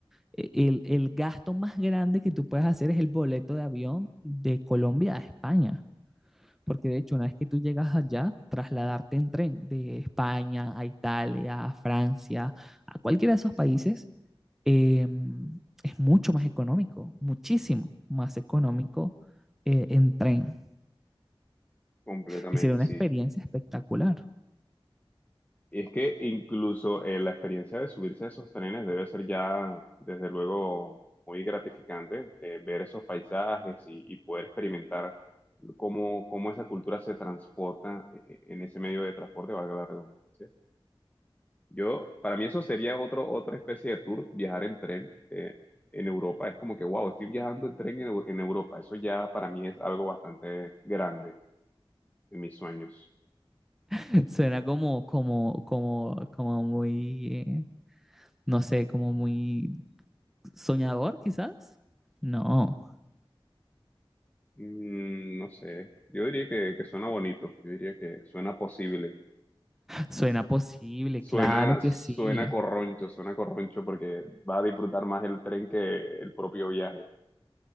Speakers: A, in the centre; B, on the left (about 15°).
A: e- el, el gasto más grande que tú puedes hacer es el boleto de avión de Colombia a España. Porque de hecho, una vez que tú llegas allá, trasladarte en tren de España a Italia, a Francia, a cualquiera de esos países, eh, es mucho más económico, muchísimo más económico eh, en tren.
B: completamente,
A: Y sería una
B: sí.
A: experiencia espectacular.
B: Y es que incluso eh, la experiencia de subirse a esos trenes debe ser ya, desde luego, muy gratificante, eh, ver esos paisajes y, y poder experimentar cómo, cómo esa cultura se transporta eh, en ese medio de transporte, valga la redundancia Yo, para mí eso sería otro, otra especie de tour, viajar en tren eh, en Europa. Es como que, wow, estoy viajando en tren en, Eu- en Europa. Eso ya para mí es algo bastante grande en mis sueños.
A: <laughs> Suena como, como, como, como muy, eh, no sé, como muy soñador quizás. No.
B: Mm, no sé, yo diría que, que suena bonito, yo diría que suena posible.
A: Suena posible,
B: Suena,
A: claro que
B: suena
A: sí.
B: corroncho, suena corroncho porque va a disfrutar más el tren que el propio viaje.